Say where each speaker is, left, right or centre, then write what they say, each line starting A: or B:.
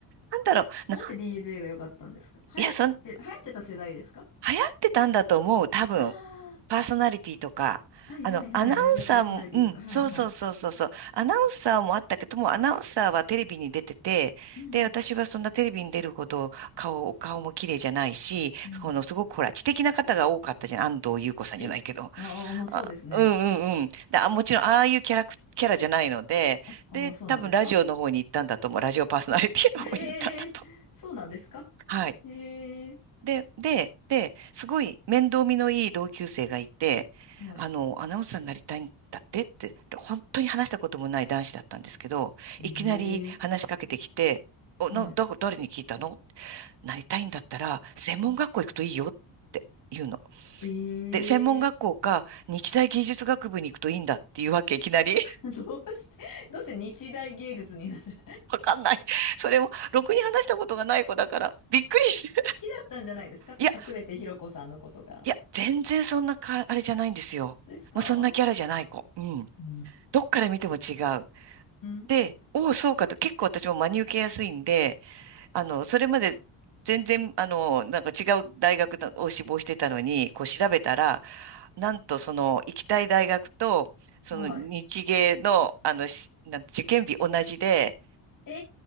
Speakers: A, on the right; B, on the left.
A: なんだろう。
B: なんで
A: な
B: DJ が良かったんですか流行って、
A: いや、そん、うん。
B: 流行ってた世代ですか
A: 流行ってたんだと思う、多分。
B: あ
A: パーソナリティとか。
B: あー、はいはいはい、
A: あの、アナウンサーも、
B: ラジオパーソナリティとか、
A: うん、
B: はいはい。
A: そうそうそうそうそう。アナウンサーもあったけども、アナウンサーはテレビに出てて、
B: うん
A: で、私はそんなテレビに出るほど顔、お顔も綺麗じゃないし、
B: うん、
A: このすごくほら、
B: うん。
A: 知的な方が多かったじゃん。安藤優子さんじゃないけど。
B: えああー、まあそうですね。
A: あ、うんうんうん。で、あ、もちろん、ああいうキャラク、キャラじゃないので、
B: あ、あー、
A: で、
B: そうなんですか
A: 多分ラジオの方に行ったんだと思う。ラジオパーソナリティの方に行ったんだと。
B: <laughs> へえ、そうなんですか
A: はい。
B: へえ、
A: で、で、で、すごい面倒見のいい同級生がいて、
B: はい。
A: あの、アナウンサーになりたいんだってって、本当に話したこともない男子だったんですけど、
B: へ
A: いきなり話しかけてきて、
B: え、
A: お、
B: はい。
A: な、だ、誰に聞いたのなりたいんだったら、専門学校行くといいよって言うの。
B: うんええ、
A: で、専門学校か、日大技術学部に行くといいんだっていうわけ、いきなり。
B: <laughs> どうして、<laughs> どうして日大芸術になった <laughs> 好
A: <laughs> わかんない。それも、ろくに話したことがない子だから、びっくりして。
B: きだったんじゃないですか隠れてひろこさんのことが。
A: <laughs> いやいや、全然そんなか、あれじゃないんですよ。
B: ですか
A: もうそんなキャラじゃない子。うん。
B: うー
A: どっから見ても違う。
B: ん。
A: で、おお、そうかと、結構私も真に受けやすいんで、あの、それまで全然、あの、なんか違う大学だを志望してたのに、こう調べたら、なんとその行きたい大学と、その日芸の、
B: はい。
A: あの、しなん受験日同じで、
B: え